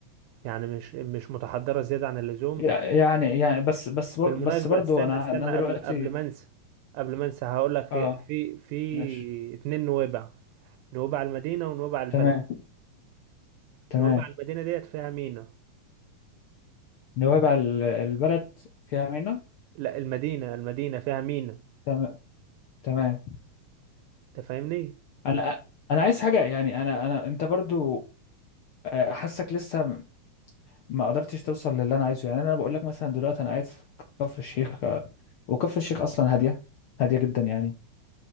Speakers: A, on the right; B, on the left.
A: يعني مش مش متحضرة زيادة عن اللزوم
B: يع- يعني يعني بس بس بر
A: بالمناسبة
B: بس برضو
A: استنى
B: انا
A: استنى
B: انا دلوقتي
A: قبل قبل ما انسى قبل ما انسى هقول لك
B: اه
A: في في
B: ماشي
A: اتنين نويبع نويبع المدينة ونويبع البلد
B: تمام تمام
A: نويبع المدينة ديت فيها مينا
B: نوابع ال- البلد فيها مينا
A: لا المدينة المدينة فيها مينا
B: تمام تمام
A: تفهمني
B: انا انا عايز حاجه يعني انا انا انت برضو آه، حاسك لسه م- ما قدرتش توصل للي انا عايزه يعني انا بقول لك مثلا دلوقتي انا قاعد في كفر الشيخ آه، وكفر الشيخ اصلا هاديه هاديه جدا يعني